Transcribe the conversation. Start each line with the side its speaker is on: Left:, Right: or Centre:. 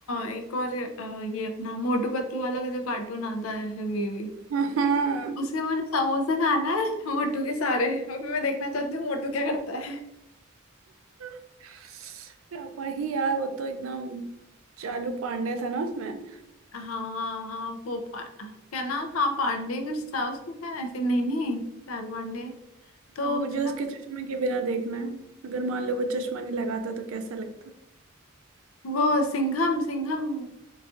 Left: एक और अ, ये अपना मोटू पतलू वाला का जो कार्टून आता है ये
Right: हाँ
Left: उसके मुझे समोसे खाना है मोटू के सारे और फिर मैं देखना चाहती हूँ मोटू क्या करता है
Right: <laughs> वही यार वो तो एकदम चालू पांडे था ना उसमें
Left: हाँ हाँ वो पा, क्या नाम हाँ पांडे कुछ था उसको क्या ऐसे नहीं नहीं चार पांडे तो
Right: हाँ, मुझे
Left: उसका-
Right: उसके चश्मे के बिना देखना है अगर मान लो वो चश्मा नहीं लगाता तो कैसा लगता
Left: वो सिंघम सिंघम